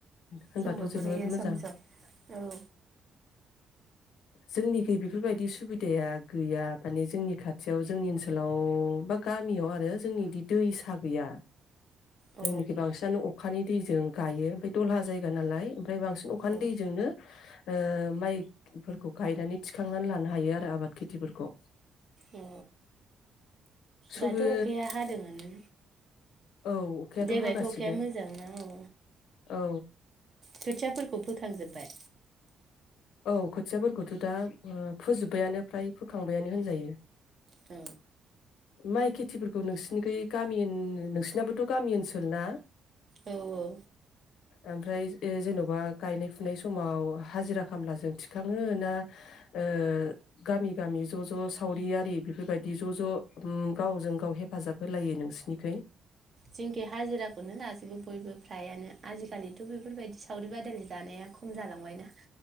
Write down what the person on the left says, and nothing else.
होनबाथ'
जोबोद
मोजां
जोंनिखै बेफोरबायदि सुबिदाया गैया माने जोंनि खाथियाव जोंनि ओनसोलाव बा गामियाव आरो जोंनि बिदैसा गैया।
जोंनिखै बांसिनानो अखानि दैजों गायो बे दलहा जाय गा नालाय ओमफ्राय बांसिन अखानि
दैजोंनो ओयो माइफोरखौ गायनानै थिखांनानै लानो हायो आरो आबाद खिथिफोरखौ।
सुबो
औ अखायाथ'
हागासिनो
औ
औ खोथियाफोरखौथ' दा उम फोजोब्बायानो फ्राय फोखांबायानो होनजायो।
माइ खेथिफोरखौ नोंसिनिखै गामि नोंसिनाबोथ' गामि ओनसोल ना?
ओमफ्राय जेन'बा गायनाय फुनाय समाव हाजिराख खामलाजों थिखाङो ना ओयो गामि गामि ज' ज' सावरिआरि बेफोरबायदि ज' ज' उम गावजों गाव हेफाजाब होलायो नोंसिनिखै?